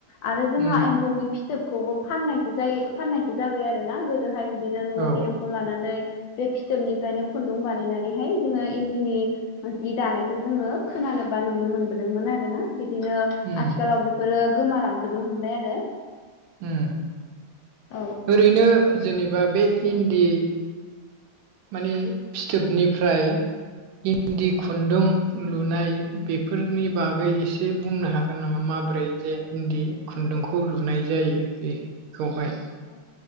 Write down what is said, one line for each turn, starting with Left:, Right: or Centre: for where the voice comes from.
Left: आरो जोंहा
Right: उम
Left: एम्फौनि फिथोबखौबो फाननायसो जायो फाननायसो जाबाय आरो ना गो जोहाय बिदिनो न'आवनि
Right: औ
Left: एम्फौ लानानै बे फिथोबनिफ्रायनो खुन्दुं बानायनानैहाय जोङो इन्दिनि जि दानायखौ जोङो खोनानोबा नुनो मोनबोदोंमोन आरोना बिदिनो
Right: उम
Left: आथिखालाव बेफोरो गोमालांजोबनो हमबाय आरो
Right: ओ
Left: ओ
Right: ओरैनो जेनेबा बे इन्दि माने फिथोबनिफ्राय इन्दि खुन्दुं लुनाय बेफोरनि बागै एसे बुंनो हागोन नामा माब्रै जे इन्दि खुन्दुंखौ लुनाय जायो बेखौहाय
Left: औ